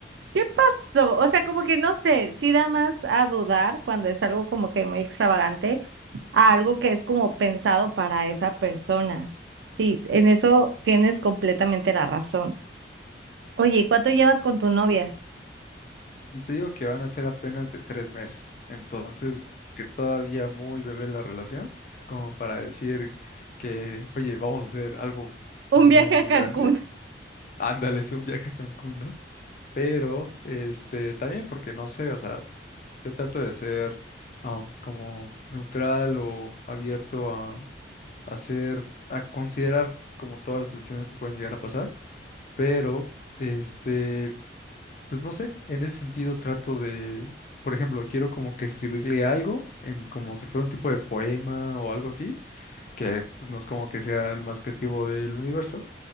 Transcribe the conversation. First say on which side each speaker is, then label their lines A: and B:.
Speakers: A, on the right; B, on the left.
A: ¿Qué pasó? O sea, como que no sé, sí da más a dudar cuando es algo como que muy extravagante a algo que es como pensado para esa persona. Sí, en eso tienes completamente la razón. Oye, ¿y ¿cuánto llevas con tu novia?
B: Yo te digo que van a ser apenas de tres meses, entonces está que todavía muy bebé la relación, como para decir que, oye, vamos a hacer algo
A: Un
B: muy,
A: viaje
B: muy
A: a Cancún.
B: grande, ándale, sí, un viaje a Cancún, ¿no? Pero, este, también porque no sé, o sea, yo trato de ser um, como neutral o abierto a hacer, a considerar como todas las situaciones que pueden llegar a pasar, pero, este... Pues no sé, en ese sentido trato de, por ejemplo, quiero como que escribirle algo en como si fuera un tipo de poema o algo así, que pues, no es como que sea el más creativo del universo